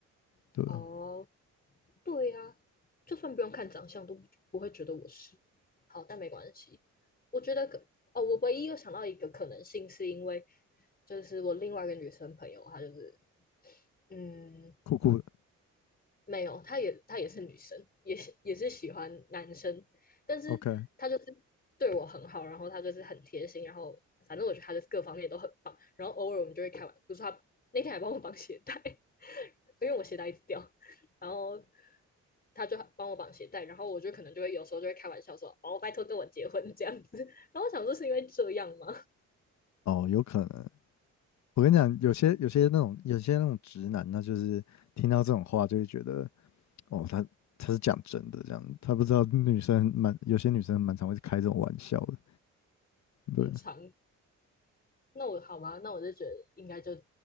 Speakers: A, on the left; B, on the left.
A: 对啊，
B: 哦，对呀、就算不用看长相，都不不会觉得我是。好，但没关系。我觉得可哦，我唯一又想到一个可能性，是因为就是我另外一个女生朋友，她就是嗯，
A: 酷酷的
B: 没有，她也她也是女生，也是也是喜欢男生，但是她就是
A: ，OK，
B: 对我很好，然后她就是很贴心，然后反正我觉得她就是各方面都很棒。然后偶尔我们就会开玩，比如说她那天还帮我绑鞋带，<laughs> 因为我鞋带一直掉，然后她就帮我绑鞋带，然后我就可能就会有时候就会开玩笑说：“哦，拜托跟我结婚这样子。<laughs>”然后我想说是因为这样吗？
A: 哦，有可能。我跟你讲，有些有些那种有些那种直男呢，就是听到这种话就会觉得，哦，他他是讲真的这样，他不知道女生蛮有些女生蛮常会开这种玩笑的，对，
B: <laughs> 很长。那我好吧，那我就觉得应该就